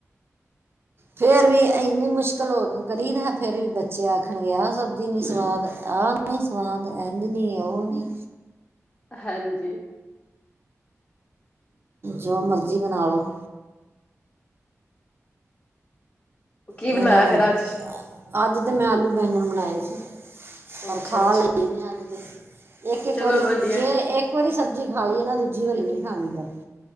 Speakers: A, on the right; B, on the left.
A: ਫਿਰ ਵੀ ਇੰਨੀ ਮੁਸ਼ਕਿਲ ਹੋ ਕੇ ਕਰੀਦਾ, ਫਿਰ ਵੀ ਬੱਚੇ ਆਖਣਗੇ ਆਹ ਸਬਜ਼ੀ ਨਹੀਂ ਸਵਾਦ, ਆਹ ਸਵਾਦ, ਐਂਝ ਨਹੀਂ, ਉਹ ਨਹੀਂ
B: ਹਾਂਜੀ।
A: ਜੋ ਮਰਜ਼ੀ ਬਣਾ ਲਓ
B: ਕੀ
A: ਇਹਨਾਂ
B: ਬਣਾਇਆ
A: ਨੂੰ,
B: ਫੇਰ ਅੱਜ?
A: ਅੱਜ ਤੇ ਮੈਂ ਆਲੂ ਬੈਂਗਣ ਬਣਾਏ ਸੀ। ਪਰ
B: ਅੱਛਾ-ਅੱਛਾ,
A: ਖਾ ਲਈ ਅੱਜ ਤੇ, ਇੱਕ ਇੱਕ
B: ਚਲੋ
A: ਵਾਰੀ,
B: ਵਧੀਆ।
A: ਜੇ ਇੱਕ ਇੱਕ ਵਾਰੀ ਸਬਜ਼ੀ ਖਾ ਲਈ ਏ ਨਾ, ਦੂਜੀ ਵਾਰੀ ਨੀ ਖਾਣੀ।